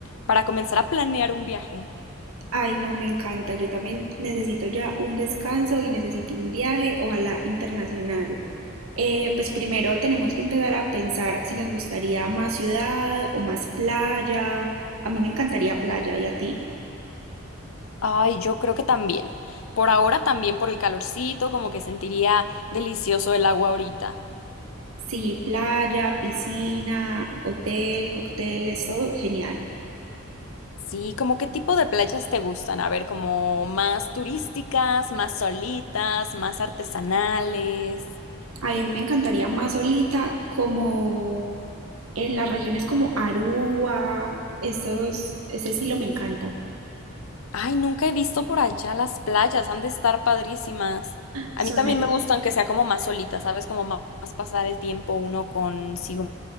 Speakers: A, on the left (about 75°); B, on the right (about 80°).
A: para comenzar a planear un viaje.
B: Ay, no, me encanta, yo también necesito ya un descanso y necesito un viaje, ojalá internacional. Eh, pues primero tenemos que empezar a pensar si nos gustaría más ciudad o más playa. A mí me encantaría playa, ¿y a ti?
A: Ay, yo creo que también. Por ahora también por el calorcito, como que sentiría delicioso el agua ahorita.
B: Sí, playa, piscina, hotel, cócteles, todo genial.
A: Sí, como qué tipo de playas te gustan? A ver, como más turísticas, más solitas, más artesanales.
B: A mí me encantaría más solita, como en las regiones como Aruba, esos, ese estilo me encanta.
A: Ay, nunca he visto por allá las playas, han de estar padrísimas. A
B: Son
A: mí también
B: el-
A: me gustan que sea como más solitas, ¿sabes? Como ma- más pasar el tiempo uno consigo